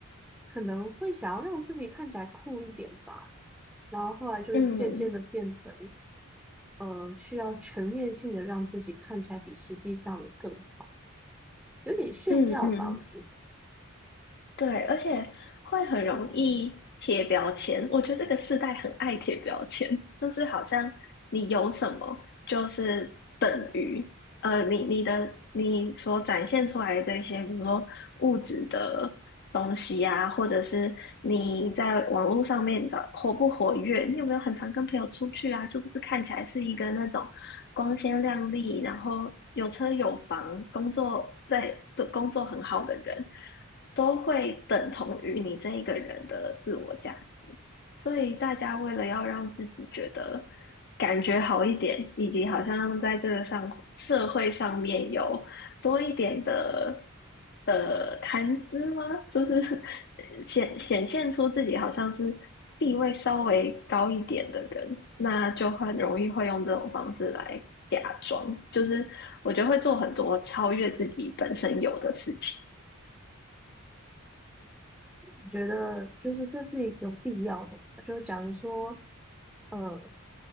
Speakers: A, in the centre; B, on the left.
A: 可能会想要让自己看起来酷一点吧，然后后来就渐渐的变成
B: 嗯
A: 呃，需要全面性的让自己看起来比实际上的更好，有点炫耀吧，
B: 嗯嗯。
A: 我觉得。
B: 对，而且会很容易贴标签。我觉得这个世代很爱贴标签，就是好像你有什么就是等于，呃，你你的你所展现出来的这些，比如说物质的东西啊，或者是你在网络上面的活不活跃，你有没有很常跟朋友出去啊？是不是看起来是一个那种光鲜亮丽，然后有车有房，工作在的工作很好的人，都会等同于你这一个人的自我价值。所以大家为了要让自己觉得感觉好一点，以及好像在这个上社会上面有多一点的的谈资吗？就是 <laughs> 呃显显现出自己好像是地位稍微高一点的人，那就很容易会用这种方式来假装，就是我觉得会做很多超越自己本身有的事情。
A: 我觉得就是这是一个必要的嘛，就假如说，呃，